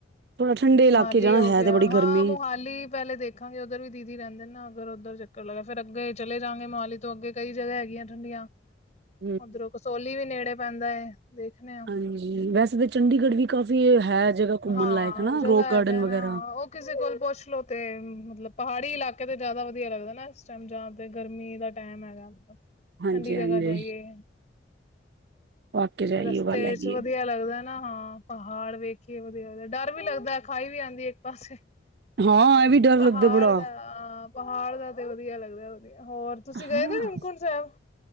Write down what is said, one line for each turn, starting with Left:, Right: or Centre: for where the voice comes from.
Right: ਥੋੜਾ ਠੰਡੇ
Left: ਮੋਹਾਲੀ
Right: ਇਲਾਕੇ ਜਾਣਾ
Left: ਹੋ
Right: ਹੈ
Left: ਗਿਆ
Right: ਤੇ ਬੜੀ
Left: ਹਾਂ,
Right: ਗਰਮੀ
Left: ਹਾ ਮੋਹਾਲੀ ਪਹਿਲੇ ਦੇਖ। ਦੇਖਾਂਗੇ, ਉੱਧਰ ਵੀ ਦੀਦੀ ਰਹਿੰਦੇ ਨਾ ਅਗਰ ਉਧਰ ਚਕਰ ਲਗਾ ਫਿਰ ਅੱਗੇ। ਚਲੇ ਜਾਂਗੇ ਮੋਹਾਲੀ ਤੋਂ ਅੱਗੇ, ਕਈ ਜਗ੍ਹਾਹ ਹੈਗੀਆਂ ਠੰਡੀਆਂ।
Right: ਹੂੰ
Left: ਉੱਧਰੋਂ ਕਸੋਲੀ ਵੀ ਨੇੜੇ ਪੈਂਦਾ ਏ। ਦੇਖਨੇ ਆਂ
Right: ਹਾਂਜੀ ਵੈਸੇ ਤਾਂ ਚੰਡੀਗੜ੍ਹ ਵੀ ਕਾਫੀ ਹੈ ਜਗ੍ਹਾਹ ਘੁੰਮਣ
Left: ਹਾਂ
Right: ਲਾਇਕ ਹੈਨਾ,
Left: ਜਗ੍ਹਾ
Right: ਰੋਕ
Left: ਹੈਗਾ
Right: ਗਾਰਡਨ ਵਗੈਰਾ।
Left: ਨਾ ਉਹ ਕਿਸੇ ਕੋਲ ਪੁੱਛ ਲੋੋ ਤੇ ਮਤਲਬ ਪਹਾੜੀ ਇਲਾਕੇ ਤੇ ਜ਼ਿਆਦਾ ਵਧੀਆ ਲੱਗਦਾ ਨਾ ਇਸ ਟਾਈਮ ਜਾਂ। ਤੇ ਗਰਮੀ ਦਾ ਟਾਈਮ ਹੈਗਾ,
Right: ਹਾਂਜੀ-ਹਾਂਜੀ
Left: ਠੰਡੀ ਜਗ੍ਹਾਹ ਜਾਈਏ
Right: ਵਾਕਿਆ ਚ ਇਹੀ
Left: ਰਸਤੇ
Right: ਓ ਗੱਲ ਹੈਗੀ
Left: ਚ ਵਧੀਆ
Right: ਏ
Left: ਲੱਗਦਾ ਨਾ ਹਾਂ ਪਹਾੜ ਵੇਖੀਏ ਵਧੀਆ- ਵਧੀਆ, ਡਰ ਵੀ ਲੱਗਦਾ ਖਾਈ ਵੀ ਆਉਂਦੀ ਇੱਕ ਪਾਸੇ।
Right: ਹਾਂ ਇਹ ਵੀ ਡਰ
Left: ਪਹਾੜ
Right: ਲੱਗਦਾ ਬੜਾ
Left: ਦਾ ਹਾਂ, ਪਹਾੜ ਦਾ ਤੇ ਵਧੀਆ ਲੱਗਦਾ ਵਧੀਆ ਹੋਰ। ਤੁਸੀਂ ਗਏ
Right: ਹਾਂ।
Left: ਤੇ ਹੇਮਕੁੰਟ ਸਾਹਿਬ